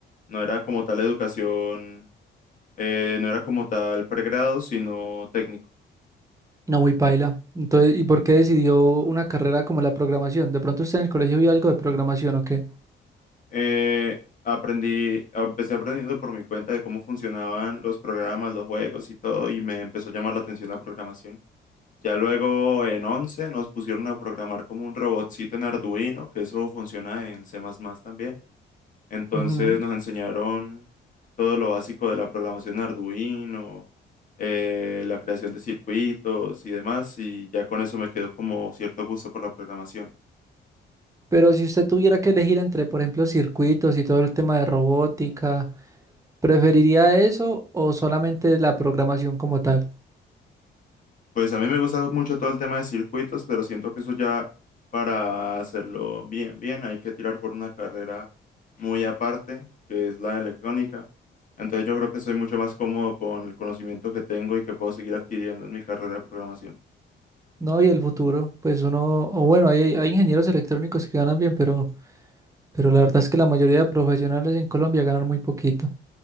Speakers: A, on the left; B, on the right.
A: No era como tal educación, eh, no era como tal pregrado, sino técnico.
B: No, muy paila. Entonces, ¿y por qué decidió una carrera como la programación? De pronto usted en el colegio vio algo de programación, ¿o qué?
A: Eh, aprendí, empecé aprendiendo por mi cuenta de cómo funcionaban los programas, los juegos y todo, y me empezó a llamar la atención la programación. Ya luego en 11 nos pusieron a programar como un robotcito en Arduino, que eso funciona en C++ también. Entonces
B: Ujú.
A: nos enseñaron todo lo básico de la programación en Arduino, eh, la creación de circuitos y demás, y ya con eso me quedó como cierto gusto por la programación.
B: Pero si usted tuviera que elegir entre, por ejemplo, circuitos y todo el tema de robótica, ¿preferiría eso o solamente la programación como tal?
A: Pues a mí me gusta mucho todo el tema de circuitos, pero siento que eso ya para hacerlo bien, bien, hay que tirar por una carrera muy aparte, que es la de electrónica. Entonces yo creo que soy mucho más cómodo con el conocimiento que tengo y que puedo seguir adquiriendo en mi carrera de programación.
B: No, y el futuro, pues uno, o bueno, hay, hay ingenieros electrónicos que ganan bien, pero, pero la verdad es que la mayoría de profesionales en Colombia ganan muy poquito.